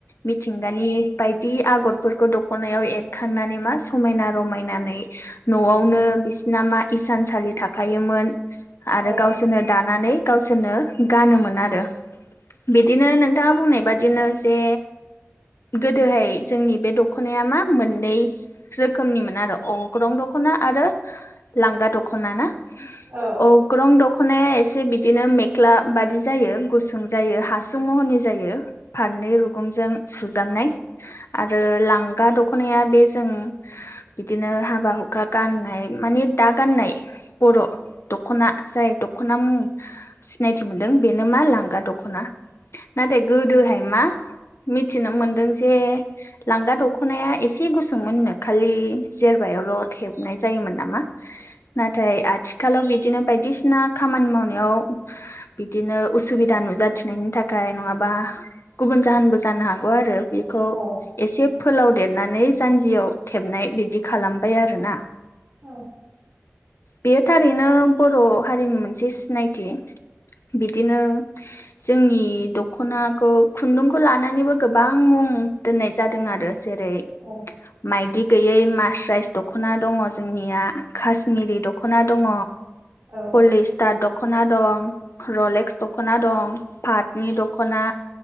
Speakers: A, on the left (about 65°); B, on the right (about 55°).
A: मिथिंगानि बायदि आग'रफोरखौ दख'नायाव एरखांनानै मा समायना रमायनानै न'आवनो बिसिना मा इसानसालि थाखोमोन आरो
B: औ
A: गावसो सोरनो दानानै गावसोरनो गानोमोन आरो। बिदिनो नोंथाङा बुंनाय बादिनो जे गोदोहाय जोंनि बे दख'नाया मा मोननै रोखोमनिमोन आरो अ ग्रं दख'ना आरो लांगा दख'ना ना
B: औ
A: अ ग्रं दख'नाया एसे बिदिनो मेख्ला बादि जायो गुसुं जायो हासुं महरनि जायो। फारनै रुगुंजों सुजाबनाय। आरो लांगा दख'नाया बे जों बिदिनो हाब बा हुखा गाननाय माने दा गाननाय बर' दख'ना जाय दख'ना मुं सिनायथि मोनदों बेनो मा लांगा दख'ना नाथाय गोदोहाय मा मिथिनो मोनदों जे लांगा दख'नाया एसे गुसुंमोननो खालि जेर बायावल' थेबनाय जायोमोन नामा नाथ थाय आथिखालाव बिदिनो बायदिसिना खामानि मावनायाव बिदिनो उसुबिदा नुजाथिनायनि थाखाय नङाबा गुबुन जाहोनबो जानो हागौ आरो बेखौ
B: औ
A: एसे फोलाव देरनानै जानजियाव थेबनाय बिदि खालामबाय आरोोना
B: औ
A: बेयो थारैनो बर' हारिनि मोनसे सिनायथि बिदिनो जोंनि दख'नाखौ खुन्दुंखौ लानानैबो गोबां मुं दोननाय जादों आरो जेरै
B: औ
A: माइदि गैयै म फार्स राइस दख'ना दङ जोंनिया कश्मिरि दख'ना दङ
B: औ
A: पलिस टात दख'ना दं रलेक्स दख'ना दं पाटनि दख'ना